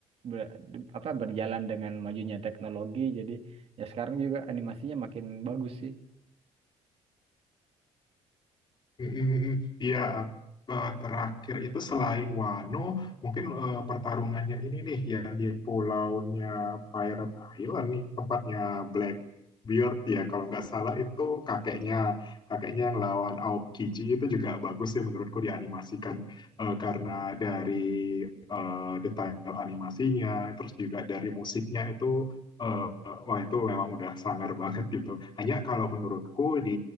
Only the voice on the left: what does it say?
Mm, mm, mm. Iya, eh, eh, terakhir itu selain Wano, mungkin eh, pertarungannya ini nih yang di pulaunya Pirate Island nih, tempatnya Blackbeard ya kalau nggak salah itu kakeknya, kakeknya yang lawan Aokiji itu juga bagus sih menurutku dianimasikan eh, karena dari eh, detail animasinya, terus juga dari musiknya itu eh, wah itu memang udah sangar banget gitu. Hanya kalau menurutku di